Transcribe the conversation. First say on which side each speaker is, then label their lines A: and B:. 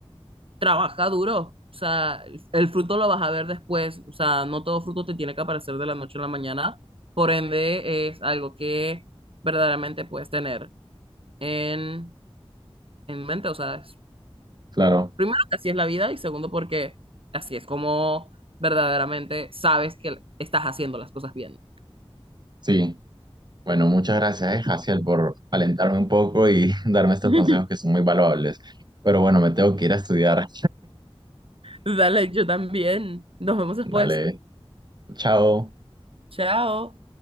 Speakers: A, on the right (about 60°); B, on the right (about 45°).
A: trabaja duro, o sea, el fruto lo vas a ver después, o sea, no todo fruto te tiene que aparecer de la noche a la mañana, por ende es algo que verdaderamente puedes tener en, en mente, o sea, es
B: Claro,
A: Primero, que así es la vida y segundo, porque así es como verdaderamente sabes que estás haciendo las cosas bien.
B: sí. Bueno, muchas gracias, eh, Jaciel, por alentarme un poco y <laughs> darme estos
A: <laughs>
B: consejos que son muy valuables. Pero bueno, me tengo que ir a estudiar.
A: Dale, yo también. Nos vemos después.
B: Dale, chao.
A: Chao.